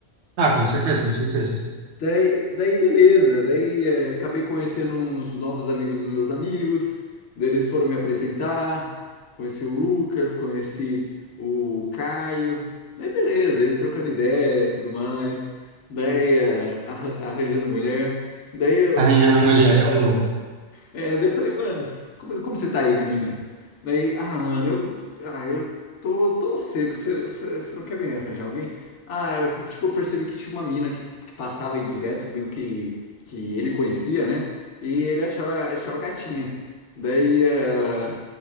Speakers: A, on the right; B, on the left.
A: Ah, com certeza, com certeza.
B: Daí, daí beleza, daí eh, acabei conhecendo uns novos amigos dos meus amigos, daí eles foram me apresentar, conheci o Lucas, conheci o Caio, daí beleza, ele trocando ideia e tudo mais, daí eh, arran- arranjando mulher, daí eu,
A: Arranjando mulher é boa.
B: É, daí eu falei, mano, como, como você tá aí de mina? Daí, ah, mano, eu, ah, eu tô, tô seco, você você- você não quer me arranjar alguém? Ah, eu, tipo, eu percebi que tinha uma mina que, que passava aí direto, meio que, que ele conhecia, né? E ele achava, achava gatinha. Daí, eh,